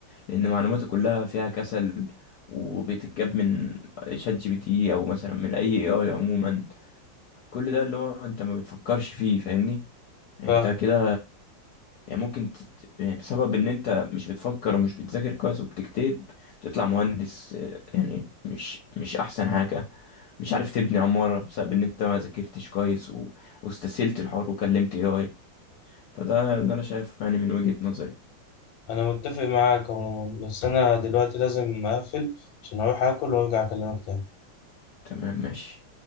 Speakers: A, on the left; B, on the left.
A: لان معلوماته كلها فيها كسل وبتتجاب من شات جي بي تي او مثلا من اي اي اي عموما كل ده اللي هو انت ما بتفكرش فيه فاهمني يعني
B: فاهم
A: انت كده يعني ممكن تت... يعني بسبب ان انت مش بتفكر ومش بتذاكر كويس وبتجتهد تطلع مهندس آه، يعني مش مش احسن حاجة مش عارف تبني عمارة بسبب ان انت ما ذاكرتش كويس و... واستسهلت الحوار وكلمت اي اي فده اللي انا شايفه يعني من وجهة نظري
B: انا متفق معاك عموما بس انا دلوقتي لازم اقفل عشان اروح اكل وارجع اكلمك تاني
A: تمام ماشي